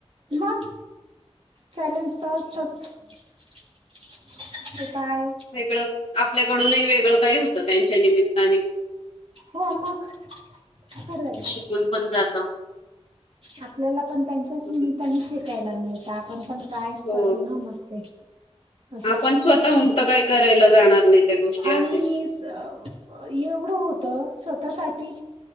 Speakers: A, on the right; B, on the left.
A: मग चॅलेंज तर असतच ते तर आहे
B: वेगळं आपल्याकडूनही वेगळं काही होत त्यांच्या निमित्ताने
A: हो आ मग खरं आहे
B: शिकून पण जात
A: आपल्याला पण त्यांच्याच निमित्ताने
B: ते
A: शिकायला मिळत पण पण प्रायस
B: हो
A: करतो ना मस्त असं
B: आपण स्वतःहून तर काही करायला जाणार नाही त्या गोष्टी
A: आणि
B: असे
A: एवढं होतं स्वतःसाठी